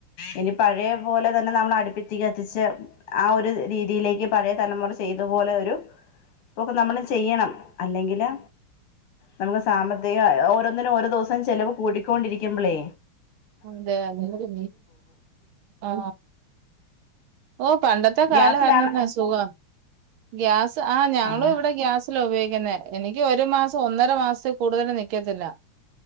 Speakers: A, on the left (about 80°); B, on the right (about 75°).
A: ഇനി പഴയ പോലെ തന്നെ നമ്മൾ അടുപ്പിത്തി കത്തിച്ച് ആ ഒരു രീതിയിലേക്ക് പഴയ തലമുറ ചെയ്തുപോലെ ഒരു ഇൊക്കെ നമ്മൾ ചെയ്യണം അല്ലെങ്കില് നമക്ക് സാമ്പത്തിക ഓരോന്നിനുംഓോ ദിവസം ചെിലവ് കൂടിക്കൊണ്ടിരിക്കുമ്പോളേ
B: അതെ അതെ ആ ഓ പണ്ടത്തെ
A: ഗ്യാസിലാണ്
B: കാല വാര്ണന്നെ സുഖം ഗ്യാസ് ആ ഞങ്ങള്
A: ആഹ്
B: ഇവിടെ ഗ്യാസിലാ ഉപയോഗി ന്നേ എനിക്ക് ഒരു മാസം ഒന്നര മാസത്തി കൂടുതല് നിക്കത്തില്ല